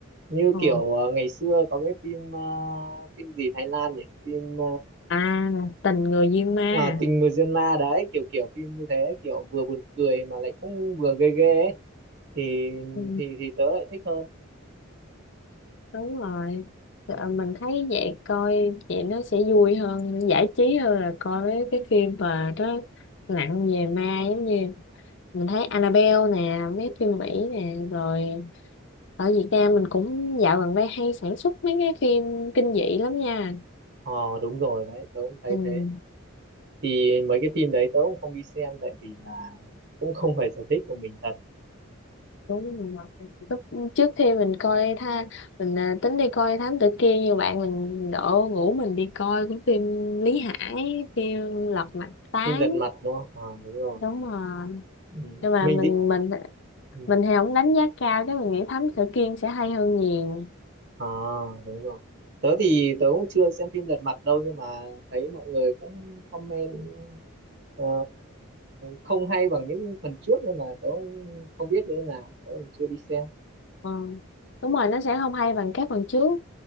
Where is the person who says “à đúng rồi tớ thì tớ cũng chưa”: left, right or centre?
Right